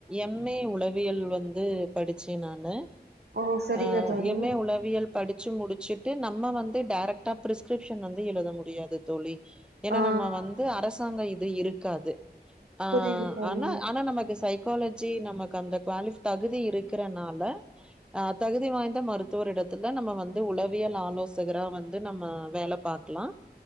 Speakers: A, in the centre; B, on the right.
A: எம் லே உளவியல் வந்து படிச்சே நானு
B: ஓ சரிங்க
A: ஆ
B: தோழி
A: எம் ஏ உளவியல் படிச்சு முடிச்சு நம்ப வந்து டேரெக்டா பிரிஸ்கிரிப்ஷன் வந்து எலுத முடியாது தோழி ஏனா
B: ஆ
A: நம்ப வந்து அரஸ் ரசாங்க இது இருக்காது ஆ
B: புரியுது தோழி
A: ஆன்னா ஆனா நமக்கு சை காலஜி நமக்கு அந்த குவாலிஃப் தகுதி இருக்கறனால அ தகுதி வாய்ந்த மருத்துவரிடத்துல நம்ப வந்து உளவியல் ஆலோசகரா வந்து நம்ப வேல பாக்லா